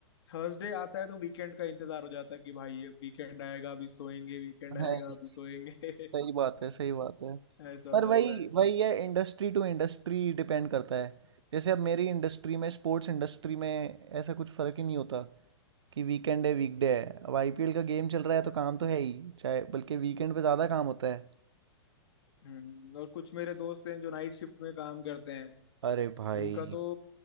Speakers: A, on the left; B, on the right.
A: थर्सडे आता है तो वीकेंड का इंतजार हो जाता है कि भाई अब वीकेंड आएगा अभी सोएंगे वीकेंड आएगा
B: हैं,
A: अभी सोएंगे <laughs>
B: सही बात है, सही बात है।
A: ऐसा हो
B: पर
A: जाता
B: वही
A: है
B: वही है इंडस्ट्री टू इंडस्ट्री डिपेंड करता है। जैसे अब मेरी इंडस्ट्री में स्पोर्ट्स इंडस्ट्री में ऐसा कुछ फ़र्क ही नहीं होता कि वीकेंड है, वीकडे है। अब आईपीएल का गेम चल रहा है तो काम तो है ही, चाहे बल्कि वीकेंड पे ज़्यादा काम होता है।
A: हम्म और कुछ मेरे दोस्त हैं जो नाइट शिफ्ट में काम करते हैं
B: अरे भाई
A: उनका तो